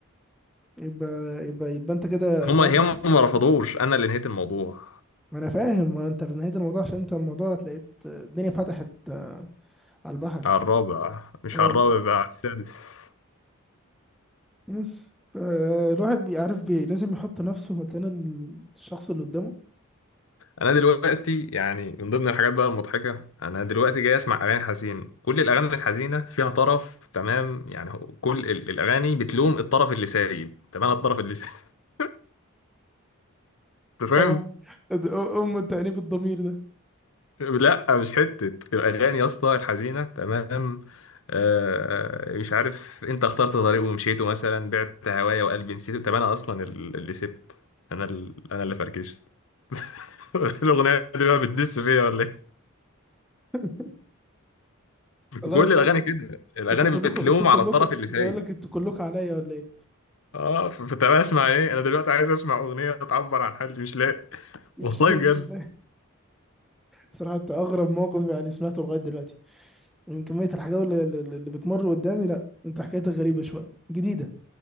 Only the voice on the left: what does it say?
هما
هم ما رفضوش انا اللي نهيت الموضوع
على الرابع مش
على الرابع بقى على السادس
انا دلوقتي يعني من ضمن الحاجات بقى المضحكه انا دلوقتي جاي اسمع اغاني حزين كل الاغاني الحزينه فيها طرف تمام يعني هو- كل ال- الاغاني بتلوم الطرف اللي سايب تمام الطرف اللي سايب <laughs> انت فاهم
لا مش حتة الأغاني يا اسطى الحزينة تمام آه آه، مش عارف أنت اخترت طريق ومشيته مثلا بعت هوايا وقلبي نسيته طب أنا أصلا ال- اللي سبت أنا ال- أنا اللي فركشت <laughs> الأغنية دي بقى بتدس فيا ولا إيه؟
كل
الأغاني
كده الأغاني
بتلوم
على الطرف اللي سايب
اه ف- فطب اسمع ايه انا دلوقتي عايز اسمع اغنيه تعبر عن حالي مش لاقي <laughs>
والله
بجد